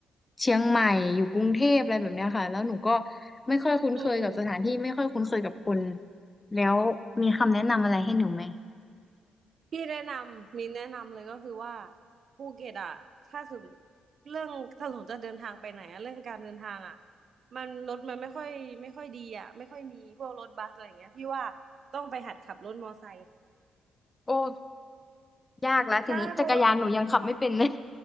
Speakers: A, on the left; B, on the right.
A: เชียงใหม่อยู่กรุงเทพอะไรแบบเนี้ยค่ะแล้วหนูก็ไม่ค่อยคุ้นเคยกับสถานที่ไม่ค่อยคุ้นเคยกับคน
B: อืมอืม
A: แล้วมีคำแนะนำอะไรให้หนูไหม
B: พี่แนะนำมีแนะนำเลยก็คือว่าภูเก็ตอ่ะถ้าสมเรื่องถ้าสมมติจะเดินทางไปไหนอะเรื่องการเดินทางอ่ะมันรถมันไม่ค่อยไม่ค่อยดีอ่ะไม่ค่อยมีพวกรถบัสอะไรอย่างเงี้ยพี่ว่าต้องไปหัดขับรถมอไซค์
A: โอ้ ยากแล้วทีนี้จักรยานหนูยังขับไม่เป็นเลย
B: ใช่เพราะว่า